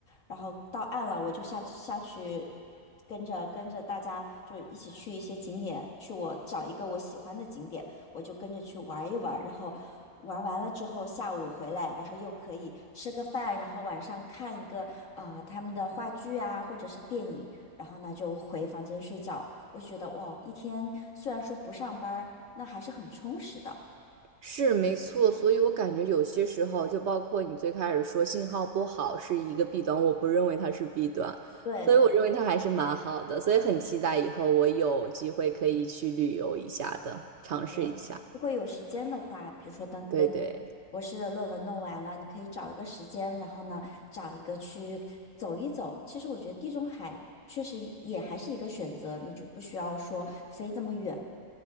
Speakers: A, on the left; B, on the right.
A: 然后到岸了，我就下下去跟着跟着大家就一起去一些景点，去我找一个我喜欢的景点，我就跟着去玩一玩，然后玩完了之后下午回来，然后又可以吃个饭，然后晚上看一个呃他们的话剧啊或者是电影，然后呢就回房间睡觉。我就觉得哇，一天虽然说不上班儿那还是很充实的。
B: 是没错，所以我感觉有些时候，就包括你最开始说信号不好是一个弊端，我不认为它是弊端，
A: 对。
B: 所以我认为它还是蛮好的，所以很期待以后我有机会可以去旅游一下的，尝试一下。
A: 对，如果有时间的话，比如说等等你博士的论文弄完了，
B: 对对，
A: 你可以找一个时间，然后呢，找一个去走一走。其实我觉得地中海确实也也还是一个选择，你就不需要说飞这么远。